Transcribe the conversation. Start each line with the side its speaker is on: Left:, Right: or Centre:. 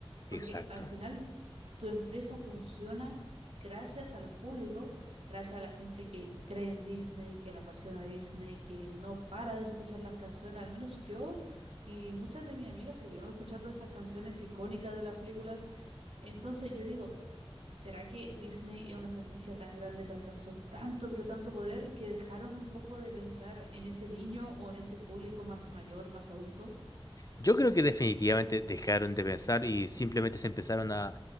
Right: porque
Left: Exacto.
Right: al final tu empresa funciona gracias al público, gracias a la gente que cree en Disney, que le apasiona Disney, que no para de escuchar las canciones, al menos yo y muchas de mis amigas seguimos escuchando esas canciones icónicas de las películas. Entonces yo digo, ¿Será que Disney es una franquicia tan grande que alcanzó tanto, pero tanto poder que dejaron un poco de pensar en ese niño o en ese público más mayor, más adulto?
Left: Yo creo que definitivamente dejaron de pensar y simplemente se empezaron a,